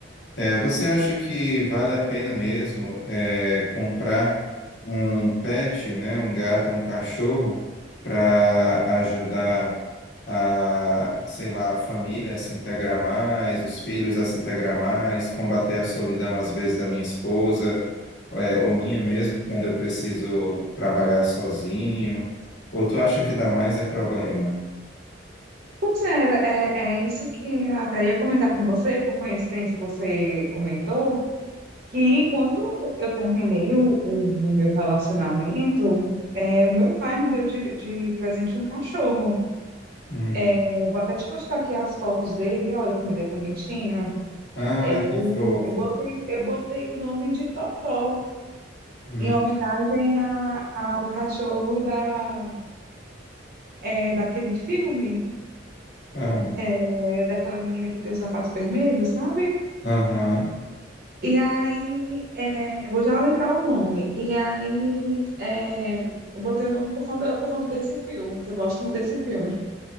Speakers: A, on the left; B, on the right.
A: É, você acha que vale a pena mesmo é, comprar um pet, né, um gato, um cachorro, para ajudar a, sei lá, a família a se integrar mais, os filhos a se integrar mais, combater a solidão às vezes da minha esposa, é, ou minha mesmo, quando eu preciso trabalhar sozinho? Ou tu acha que dá mais é problema?
B: Pois é, era- é, é isso que até ia comentar com você, por coincidência você comentou. que quando eu terminei o, o, o meu relacionamento, é, o meu pai me deu de, de presente um cachorro.
A: Hum.
B: É, Eu vou até te mostrar aqui as fotos dele, olha como ele é bonitinho.
A: Ah,
B: Eu,
A: que fofo.
B: eu botei, eu botei o nome de Totó,
A: Hum.
B: em homenagem a, ao cachorro da, é, daquele filme,
A: Ah,
B: é, daquela menina que tem o sapato vermelho, sabe?
A: aham.
B: E aí, é, eu vou já lembrar o nome. E aí, é, eu botei o nome por conta, por conta desse filme, que eu gosto muito desse filme.